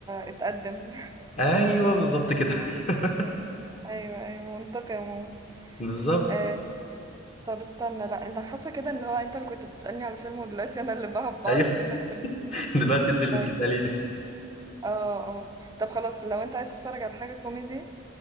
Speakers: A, on the right; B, on the left.
A: اتقدم <laughs>
B: أيوه بالظبط كده <laughs>
A: ايوه ايوه منطقي عموما
B: بالظبط
A: آه. طب استنى لا انت حاسه كده ان اللي هو انت اللي كنت بتسألني على الفيلم ودلوقتي انا اللي بع- بعرف
B: أيوه <laughs>
A: منك فيلم
B: دلوقتي أنت اللي
A: طيب
B: بتسأليني
A: اه اه طب خلاص لو انت عايز تتفرج على حاجة كوميدي